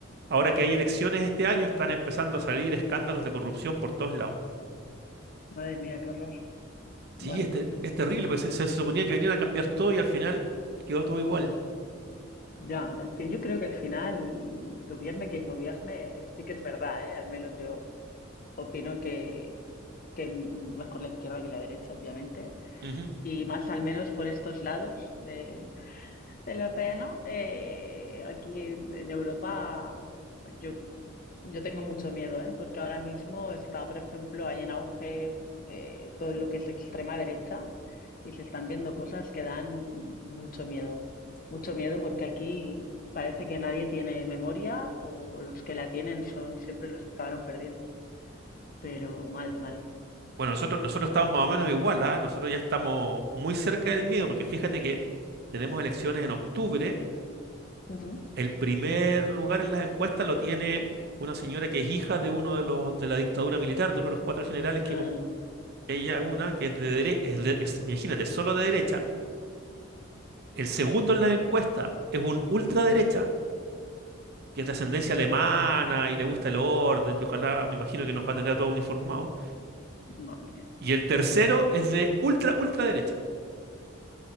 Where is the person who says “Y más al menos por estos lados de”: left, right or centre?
Left